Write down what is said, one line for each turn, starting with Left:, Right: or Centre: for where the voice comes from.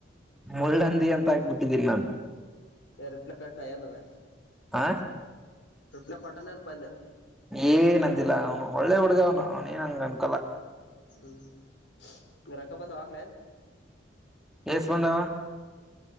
Centre: ಮುಳ್ಳಂದಿ ಅಂತ ಆಾಕ್ಬಿಟ್ಟಿದ್ದೀನಿ ನಾನು
Left: ಏ ರಿಪ್ಲೈ ಕಟ್ಟ ಏನದ
Centre: ಹ
Left: ರಿಪ್ಲೈ ಕೊಟ್ಟಾನ ಏನ್ ಪಂದೆ
Centre: ಏನ್ಂದಿಲ್ಲ ಅವನು ಒಳ್ಳೆ ಹುಡುಗ ಅವ್ನು ಅವನು ಏನ್ಂಗ ಅನ್ಕೊಲ್ಲ
Left: ಹ್ಮ್ ರಕ್ಕ ಬಂದ ಹಗಲೇ
Centre: ಎಸ್ ಬಂದಾವ